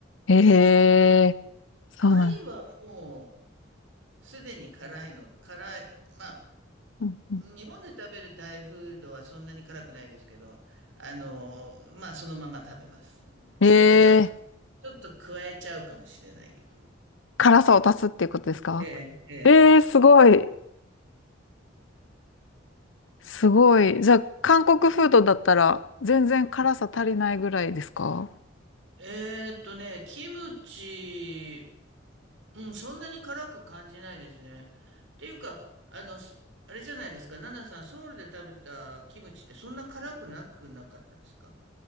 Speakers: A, on the left; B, on the right.
A: えー、そうなん。
B: タイはもうすでに辛いの、辛い、まあ、
A: うんう
B: 日本で食べるタイフードはそんなに辛くないですけど、あの、まあそのまま食べます。
A: んえー、
B: でもちょっと、ちょっと加えちゃうかもしれないけど。
A: 辛さを足すっていうことですか
B: ええ、ええ。
A: えー、すごい。すごい。じゃあ、韓国フードだったら全然辛さ足りないぐらいですか
B: えーっとね、キムチうん、そんなに辛く感じないですね。っていうか、あの、すあれじゃないですか、ナナさん、ソウルで食べたキムチってそんな辛くなくなかったですか